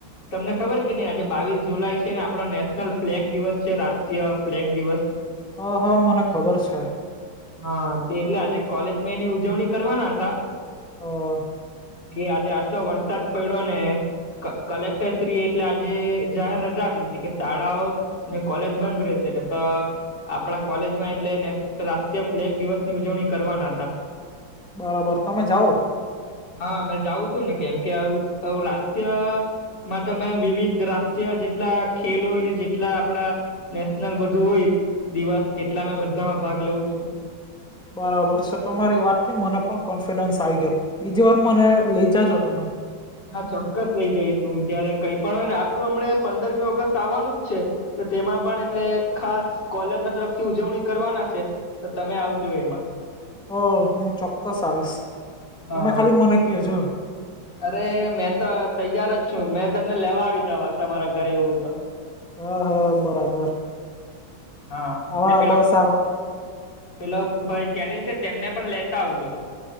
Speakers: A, on the left (about 65°); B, in the centre.
A: તમને ખબર કે નહી આજે બાવીસ જુલાઈ છે ને આપડો નેશનલ ફ્લેગ દિવસ છે રાષ્ટ્રીય ફ્લેગ દિવસ
B: હ હા મને ખબર છે
A: હા તે એટલે આજે કોલેજમાંયની ઉજવણી કરવાના હતા
B: હ
A: જે આજે આટલો વરસાદ પડ્યો ને ક કલેક્ટરશ્રી એટલે આજે જાહેર રજા આપી દીધી કે શાળાઓ ને કોલેજ બંધ રહેશે ને તો આપણા કોલેજમાં એટલેને રાષ્ટ્રીય ફ્લેગ દિવસ ની ઉજવણી કરવાના હતા
B: બરાબર તમે જાઓ?
A: હા મેં જાઉં છું ને કેમ કે આવું રાષ્ટ્રીય માં તમે વિવિધ રાષ્ટ્રીય જેટલા ખેલ હોયને જેટલા આપડા નેશનલ બધું હોય દિવસ જેટલા મે બધામાં ભાગ લઉું છું.
B: બરાબર છે તમારી વાત થી મને પણ કોન્ફિડન્સ આવી ગયો બીજી વાર મને લઈ જાજો તમે
A: હા ચોક્કસ લઇ જઈશું જયારે કઈ પણ હોય ને આપડું હમણા પંદરમી ઓગસ્ટ આવવાનું જ છે. તો તેમાં પણ એટલે ખાસ કોલેજ ના તરફથી ઉજવણી કરવાના છે. તો તમે આવજો એમાં
B: ઓ હું ચોક્કસ આવીશ
A: હા
B: તમે ખાલી મને કેજો.
A: અરે મેં તો તૈયાર જ છું મેં તમને લેવા આવી જવા તમારા ઘરે એવુંય તો
B: હા હા બરાબર
A: હા
B: આવા
A: ને પેલા
B: બસ આવા
A: પેલા ભાઈ કેનીલ છે તેમને પણ લેતા આવજો.